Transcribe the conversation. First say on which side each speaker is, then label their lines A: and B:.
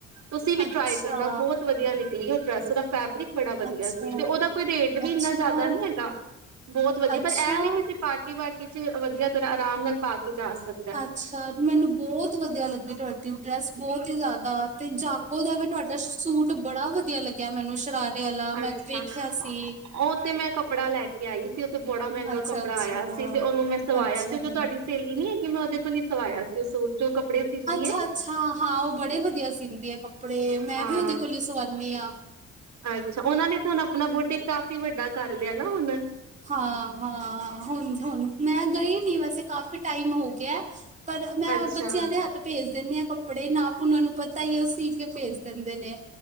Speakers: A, on the right; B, on the right.
A: ਤੁਸੀਂ
B: ਅੱਛਾ
A: ਵੀ ਟਰਾਈ ਕਰਨਾ ਬਹੁਤ ਵਧੀਆ ਨਿਕਲੀ ਉਹ ਡਰੈੱਸ ਨਾ ਫੈਬਰਿਕ ਬੜਾ ਵਧੀਆ
B: ਅੱਛਾ
A: ਸੀ, ਤੇ ਉਹਦਾ ਕੋਈ ਰੇਟ ਵੀ
B: ਅੱਛਾ
A: ਇੰਨਾ ਜ਼ਿਆਦਾ ਨੀ ਹੈਗਾ ਬਹੁਤ ਵਧੀਆ
B: ਅੱਛਾ
A: ਪਰ ਇਹ ਵੀ ਕਿ ਅਸੀਂ ਪਾਰਟੀ ਵਾਰਟੀ ਚ ਵਧੀਆ ਤਰ੍ਹਾਂ ਆਰਾਮ ਨਾਲ ਪਾ ਕੇ ਜਾ ਸਕਦੇ
B: ਅੱਛਾ ਮੈਨੂੰ ਬਹੁਤ ਵਧੀਆ ਲੱਗੀ ਤੁਹਾਡੀ। ਡਰੈਸ ਬਹੁਤ ਹੀ ਜ਼ਿਆਦਾ, ਤੇ ਜਾਗੋ ਦਾ ਵੀ ਤੁਹਾਡਾ ਸੂਟ ਬੜਾ ਵਧੀਆ ਲੱਗਿਆ ਮੈਨੂੰ ਸ਼ਰਾਰਾ ਸ਼ਰਾਰੇ ਵਾਲਾ, ਮੈਂ
A: ਅੱਛਾ
B: ਵੇਖਿਆ ਸੀ।
A: ਉਹ ਤੇ ਮੈਂ ਕੱਪੜਾ ਲੈ ਕੇ ਆਈ ਸੀ। ਉਹ ਤੇ ਬੜਾ ਮਹਿੰਗਾ
B: ਅੱਛਾ-ਅੱਛਾ,
A: ਕੱਪੜਾ ਆਇਆ ਸੀ ਤੇ ਉਹਨੂੰ ਮੈਂ ਸਵਾਇਆ
B: ਅੱਛਾ।
A: ਸੀ, ਜੋ ਤੁਹਾਡੀ ਸਹੇਲੀ ਨੀ ਹੈਗੀ, ਮੈਂ ਉਹਦੇ ਕੋਲ ਹੀ ਸਵਾਇਆ ਸੀ ਉਹ ਸੂਟ ਜੋ। ਕੱਪੜੇ ਸੀਂਦੀ
B: ਅੱਛਾ
A: ਏ
B: ਅੱਛਾ ਹਾਂ ਉਹ ਬੜੇ ਵਧੀਆ ਸੀਂਦੀ ਆ ਕੱਪੜੇ ਮੈਂ
A: ਹਾਂ
B: ਵੀ ਉਹਦੇ ਕੋਲੋਂ ਸਵਾਉਦੀ ਹਾਂ।
A: ਅੱਛਾ ਉਹਨਾਂ ਨੇ ਤਾਂ ਹੁਣ ਆਪਣਾ ਬੂਟਿਕ ਕਾਫ਼ੀ ਵੱਡਾ ਕਰ ਲਿਆ ਨਾ ਹੁਣ।
B: ਹਾਂ ਹਾਂ ਹੁਣ ਹੁਣ ਮੈਂ ਗਈ ਨੀ ਵੈਸੇ ਕਾਫ਼ੀ ਟਾਈਮ ਹੋ ਗਿਆ। ਪਰ ਮੈਂ
A: ਅੱਛਾ
B: ਔ ਬੱਚਿਆਂ ਦੇ ਹੱਥ। ਭੇਜ ਦਿੰਦੇ ਆਂ ਕੱਪੜੇ, ਨਾਪ ਉਹਨਾਂ ਨੂੰ ਪਤਾ ਹੀ ਉਹ ਸੀ ਕੇ ਭੇਜ ਦਿੰਦੇ ਨੇ।